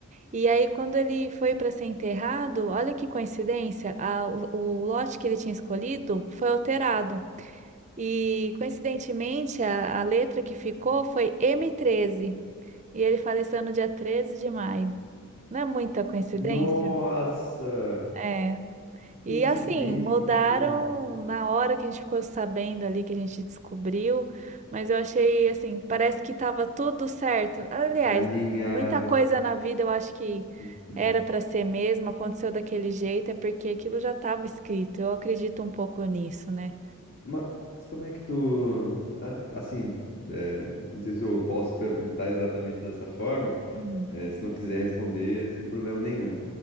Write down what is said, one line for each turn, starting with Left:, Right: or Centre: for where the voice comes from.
Right: E aí quando ele foi pra ser enterrado, olha que coincidência, a- o, o lote que ele tinha escolhido foi alterado. E coincidentemente a, a letra que ficou foi M13. E ele faleceu no dia 13 de maio. Não é muita coincidência?
Left: Nossa,
Right: É.
Left: que
Right: E
Left: coincidência,
Right: assim, mudaram
Left: que loucura.
Right: na hora que a gente ficou sabendo ali, que a gente descobriu, mas eu achei assim, parece que estava tudo certo. Aliás,
Left: Alinhado.
Right: muita coisa na vida eu acho que
Left: Hum.
Right: era para ser mesmo, aconteceu daquele jeito, é porque aquilo já estava escrito. Eu acredito um pouco nisso, né?
Left: Mas como é que tu. a- Assim, é, não sei se eu posso perguntar exatamente dessa forma,
Right: Hum,
Left: é, se não quiser responder, sem problema nenhum.